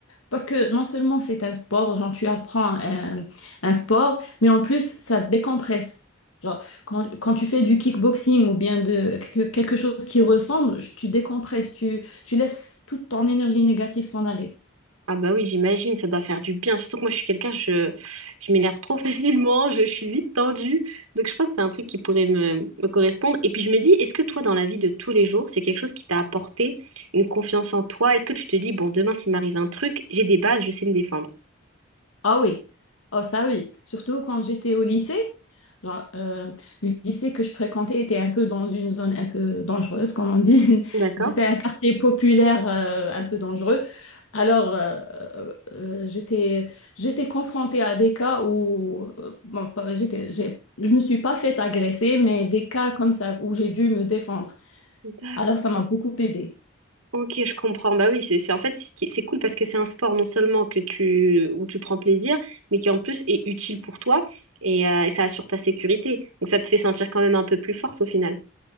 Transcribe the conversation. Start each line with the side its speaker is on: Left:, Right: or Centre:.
Left: Parce que non seulement c'est un sport, genre tu apprends un, un sport, mais en plus ça te décompresse. Genre quand, quand tu fais du kickboxing ou bien de quelque quelque chose qui ressemble, tu décompresses, tu, tu laisses toute ton énergie négative s'en aller.
Right: Ah bah oui, j'imagine, ça doit faire du bien. Surtout que moi, je suis quelqu'un, je, je m'énerve trop <laughs> facilement, je, suis vite tendue. Donc je pense que c'est un truc qui pourrait me, me correspondre. Et puis je me dis, est-ce que toi, dans la vie de tous les jours, c'est quelque chose qui t'a apporté une confiance en toi? Est-ce que tu te dis, bon, demain, s'il m'arrive un truc, j'ai des bases, je sais me défendre?
Left: Ah oui, oh ça oui, surtout quand j'étais au lycée. Genre, euh, le lycée que je fréquentais était un peu dans une zone un peu dangereuse, comme on dit. <laughs>
Right: D'accord.
Left: C'était un quartier populaire euh, un peu dangereux. Alors, euh, euh, j'étais j'étais confrontée à des cas où euh, bon, pas- j'étais j'ai je me suis pas faite agresser, mais des cas comme ça où j'ai dû me défendre.
Right: D'accord.
Left: Alors, ça m'a beaucoup aidée.
Right: Ok, je comprends. Bah oui, c'est c'est- en fait c'est c'est cool parce que c'est un sport non seulement que tu où tu prends plaisir, mais qui en plus est utile pour toi et, euh, et ça assure ta sécurité. Donc ça te fait sentir quand même un peu plus forte au final.